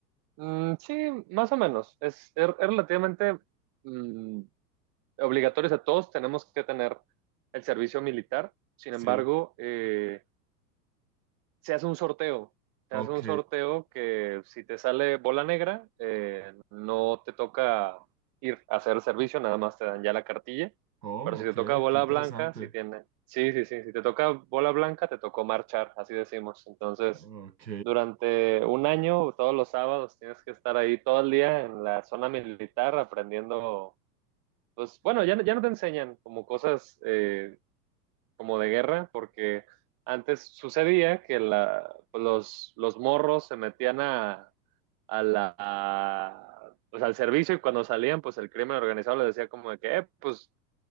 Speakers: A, on the right; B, on the right.
A: Mm, sí, más o menos. Es, es relativamente mm, obligatorio. O sea, todos tenemos que tener el servicio militar. Sin
B: Sí,
A: embargo, eh, se hace un sorteo. Se
B: ok.
A: hace un sorteo que si te sale bola negra, eh, no te toca ir a hacer el servicio, nada más te dan ya la cartilla.
B: Oh,
A: Pero si
B: ok,
A: te toca bola
B: qué interesante.
A: blanca, si tiene, sí, sí, sí, si te toca bola blanca, te tocó marchar, así decimos. Entonces,
B: Ok,
A: durante un año, todos los sábados, tienes que estar ahí todo el día en la zona militar aprendiendo, pues bueno, ya, no- ya no te enseñan como cosas eh, como de guerra, porque antes sucedía que la, pues los, los morros se metían a, a la, a, pues al servicio y cuando salían, pues el crimen organizado les decía como de que, eh, pues,